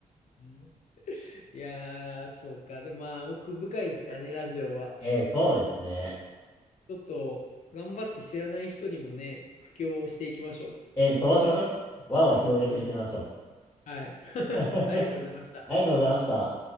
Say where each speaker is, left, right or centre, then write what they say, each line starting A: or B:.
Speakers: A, on the left; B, on the left.
A: うんいやー、そうか。でもまあ、奥深いですからね、ラジオは。
B: <laughs> ええそうですね。
A: ちょっと、頑張って知らない人にもね、布教をしていきましょ
B: ええそうしましょう。輪を広げていきましょう
A: う。うん。はい。<laughs>
B: <laughs>
A: ありがとうございました。
B: ありがとうございました。